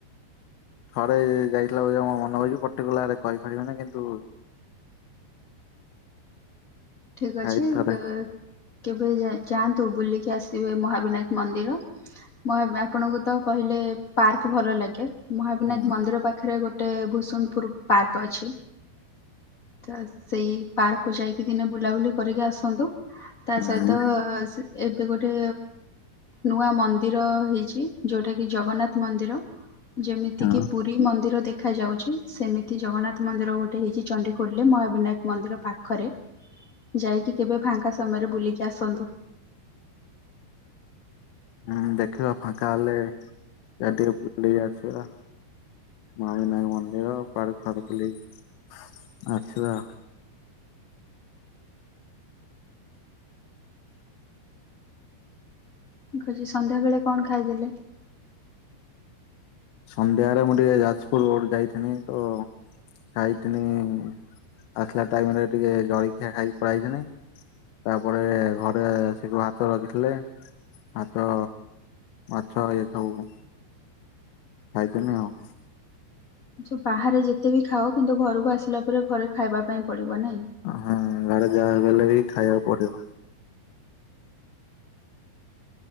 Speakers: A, on the left; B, on the left.
A: ଥରେ ଯାଇଥିଲା <unintelligible> ମୋର ମନେ ହଉଚି ପର୍ଟିକୁଲାର୍ କହିପାରିବନି କିନ୍ତୁ
B: ଠିକ୍ ଅଛି
A: ଯାଇ
B: <unintelligible>
A: ଥରେ
B: କେବେ ଯାଆନ୍ତୁ ବୁଲିକି ଆସିବେ ମହାବିନାୟକ୍ ମନ୍ଦିର। <unintelligible> ଆପଣଙ୍କୁ ତ କହିଲେ ପାର୍କ ଭଲ ଲାଗେ। ମହାବିନାୟକ୍
A: ହୁଁ
B: ମନ୍ଦିର ପାଖରେ ଗୋଟେ ଭୂସୁଣପୁର ପାର୍କ ଅଛି, ତ ସେଇ ପାର୍କକୁ ଯାଇକି ଦିନେ ବୁଲାବୁଲି କରିକି ଆସନ୍ତୁ, ତା
A: ହୁଁ
B: ସହିତ ସେ ଏବେ ଗୋଟେ ନୂଆ ମନ୍ଦିର ହେଇଛି, ଯୋଉଟା କିି ଜଗନ୍ନାଥ ମନ୍ଦିର। ଯେମିତି
A: ହଁ
B: କିି ପୁରୀ ପୁରୀ ମନ୍ଦିର ଦେଖାଯାଉଛି ସେମିତି ଜଗନ୍ନାଥ ମନ୍ଦିର ଗୋଟେ ହେଇଛି ଚଣ୍ଡିଖୋଲରେ ମହାବିନାୟକ୍ ମନ୍ଦିର ପାଖରେ। ଯାଇକି କେବେ ଫାଙ୍କା ସମୟରେ ବୁଲିକି ଆସନ୍ତୁ।
A: ହୁଁ ଦେଖିବା ଫାଙ୍କା ହେଲେ <unintelligible> ବୁଲିକି ଆସିବା। ମହାବିନାୟକ ମନ୍ଦିର ପାର୍କ ଫାର୍କ ବୁଲିକି ଆସିବା।
B: ଠିକ୍ ଅଛି, ସନ୍ଧ୍ୟାବେଳେ କଣ ଖାଇଥିଲେ?
A: ସନ୍ଧ୍ୟାରେ ମୁଁ ଟିକେ ଯାଜପୁର ରୋଡ ଯାଇଥିନି ତ ଖାଇଥିନି ଆସିଲା ଟାଇମ୍ ରେ ଟିକେ ଜଳଖିଆ ଖାଇକି ପଳେଇ ଆଇଥିନୀ। ତାପରେ ଘରେ ଆସିକି ଭାତ ରଖିଥିଲେ ମାଛ ମାଛ ଇଏ ସବୁ ଖାଇଥିନି ଆଉ।
B: ଯୋଉ ବାହାରେ ଯେତେବି ଖାଅ କିନ୍ତୁ ଘରକୁ ଆସିଲା ପରେ ଘରେ ଖାଇବା ପାଇଁ ପଡିବ ନାଇଁ?
A: ହଁ ଘରେ ଯାହା ଗଲେ ବି ଖାଇବାକୁ ପଡିବ।